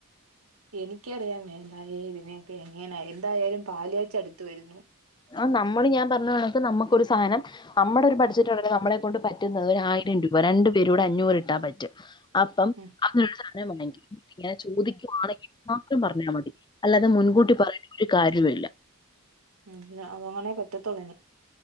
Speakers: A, on the right (about 70°); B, on the left (about 20°).
A: എനിക്കറിയമെ എ തിനെയൊക്കെ എങ്ങനെ എന്തായാലും പാല്കാച്ച് അടുത്ത് വരുന്നു
B: ആഹ് നമ്മള് ഞാൻ പറഞ്ഞ കണക്ക് നമുക്കൊരു സാധനം നമ്മുടെ ഒരു ബഡ്ജറ്റ് നമ്മളെ കൊണ്ട് പറ്റുന്നത് ഒരാആയിരം രൂപ രണ്ടു പേരൂടെ അഞ്ഞൂറ് ഇട്ടാൻപറ്റും അപ്പം
A: ഉം
B: അന സാധനം വേണങ്കി ഇങ്ങനെ ചോദിക്കുവാണെങ്കിൽ മാത്രം പറഞ്ഞാ മതി അല്ലാതെ മുൻകൂട്ടി പറയ ഒരു കാര്യവില്ല
A: അല്ല അത് അങ്ങനെ പറ്റത്തുള്ളനി